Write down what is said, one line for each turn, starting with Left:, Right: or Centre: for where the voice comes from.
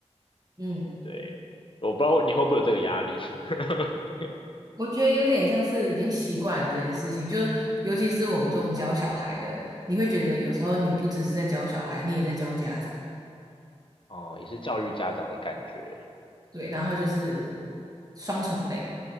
Right: 嗯，
Left: 对，我不知道你会不会有这个压力。<laughs>
Right: 我觉得有点像是已经习惯了这件事情，就尤其是我们这种教小孩的，你会觉得有时候你不只是在教小孩，你也在教家长，
Left: 哦，也是教育家长的感觉，
Right: 对，然后就是双重累，